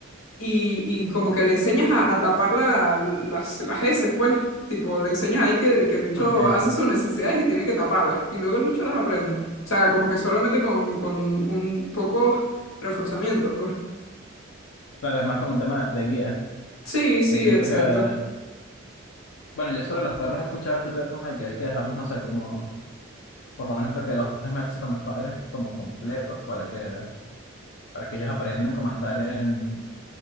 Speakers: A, on the left; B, on the left.
A: y, y como que le enseñas a, a tapar la- las, las heces, pues. Tipo, le enseñas ahí que, que el bicho
B: Ok,
A: hace sus necesidades y tiene que taparlas. Y luego el bicho las aprende. O sea, como que solamente con, con un poco reforzamiento, pues.
B: claro, es más como un tema de guía,
A: Sí, sí,
B: que siento
A: exacto.
B: que, bueno, yo solo los perros he escuchado este tema de que hay que dejarlos, no sé, como por lo menos creo que dos o tres meses con los padres como completos para que, para que ellos aprendan cómo estar en...